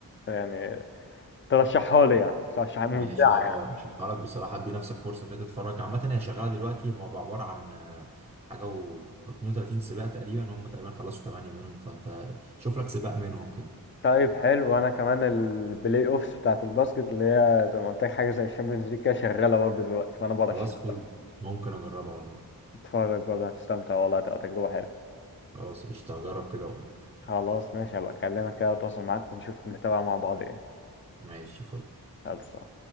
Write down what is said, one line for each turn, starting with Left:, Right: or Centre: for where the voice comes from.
Left: يعني ترشحها لي يعني ترشحها ممتعة
Right: ماشي اه رشحهالك بصراحة ادي نفسك فرصة كده تتفرج عامة هي شغالة دلوقتي هم عبارة عن آه، حاجة و أو 32 سباق تقريبا هم تقريبا خلصوا 8 منهم فانت شوف لك سباق منهم كده
Left: طيب حلو وأنا كمان البلاي أوفس بتاعة الباسكت اللي هي زي ما قلت لك حاجة زي الشامبيونز ليج كده شغالة برضه دلوقتي فأنا برشح
Right: خلاص فل
Left: لك
Right: ممكن اجربها ولا لأ.
Left: تتفرج برضه هتستمتع والله هتبقى تجربة حلوة
Right: خلاص قشطة اجرب كده اقول
Left: خلاص ماشي هبقى أكلمك كده وأتواصل معاك ونشوف نتابع مع بعض إيه
Right: ماشي فل
Left: خلصان